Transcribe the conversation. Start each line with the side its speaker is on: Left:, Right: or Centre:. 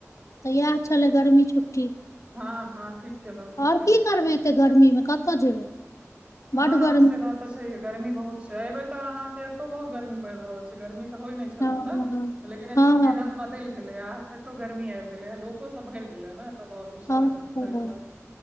Left: तऽ इएह छलै गर्मी छुट्टी
Right: हँ हँ ठीक केलहुँ ठीक
Left: आओर
Right: केलहुँ
Left: की करबै एत्तेऽ गर्मी मे कतऽ जेबै
Right: हँ
Left: बड गर्मी
Right: से बात तऽ छैे हे गर्मी बहुत छै एहिबेर तऽ अहाँके एतौ बहुत गर्मी पैड़ रहल छै गरमी तऽ होय नहि छल
Left: हँ
Right: लेकिन एत्तो
Left: हँ
Right: के बतल गेलय आब एतो गर्मी आबि गेलय लोको सब भरि गेलये ने तऽ बहुत ई शहर
Left: अचछा
Right: मे ताहि दुआरे